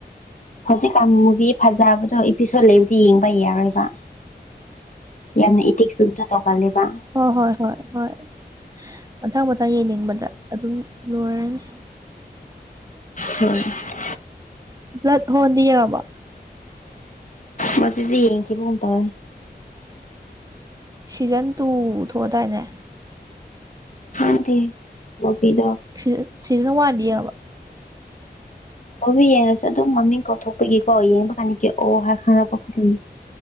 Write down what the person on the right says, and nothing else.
ꯍꯣꯏ-ꯍꯣꯏ-ꯍꯣꯏ-ꯍꯣꯏ ꯃꯊꯪ -ꯃꯊꯪ ꯌꯦꯡꯅꯤꯡꯕꯗ ꯑꯗꯨꯝ ꯂꯣꯏꯔꯅꯤ
ꯕ꯭ꯂꯠ ꯍꯣꯟꯗꯤ ꯌꯦꯡꯉꯥꯕꯣ
ꯁꯤꯖꯟ ꯇꯨ ꯊꯣꯛꯑꯗꯥꯏꯅꯦ
ꯁꯤ-ꯁꯤꯖꯟ ꯋꯥꯟꯗꯤ ꯌꯦꯡꯉꯥꯕ